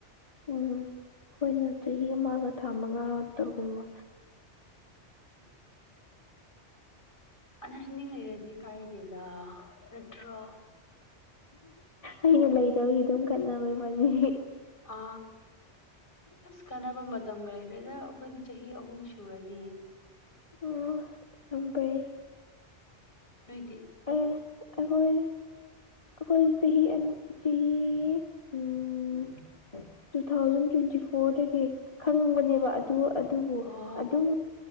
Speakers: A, on the left; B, on the left.
A: ꯎꯝ ꯑꯩꯈꯣꯏꯅ ꯆꯍꯤ ꯑꯃꯒ ꯊꯥ ꯃꯉꯥ ꯇꯔꯛꯒꯨꯝꯕ
B: ꯎ ꯑꯅꯔꯁꯟꯗꯤ ꯂꯩꯔꯗꯤ ꯀꯥꯏꯗꯦꯗ ꯅꯠꯇ꯭ꯔꯣ
A: ꯑꯩꯅ ꯂꯩꯇꯕꯒꯤ ꯑꯗꯨꯝ ꯈꯠꯅꯕꯩꯅꯤ
B: ꯑ ꯑꯁ ꯀꯅꯥꯕꯝꯕꯗꯝꯒ꯭ꯔ ꯑꯗꯨꯗꯩꯗ ꯑꯩꯈꯣꯏꯗꯤ ꯆꯍꯤ ꯑꯍꯨꯝ ꯁꯨꯔꯅꯤ
A: ꯑꯣ ꯌꯥꯝ ꯐꯩ
B: ꯅꯣꯏꯗꯤ
A: ꯑꯦ ꯑꯩꯈꯣꯏ ꯑꯩꯈꯣꯏ ꯆꯍꯤ ꯆꯍꯤ ꯎꯝ ꯇꯨ ꯊꯥꯎꯖꯟ ꯇ꯭ꯋꯦꯟꯇꯤ ꯐꯣꯔꯗꯒꯤ ꯈꯪꯕꯅꯦꯕ
B: ꯑꯣ
A: ꯑꯗꯨ ꯑꯗꯨꯕꯨ ꯑꯗꯨꯝ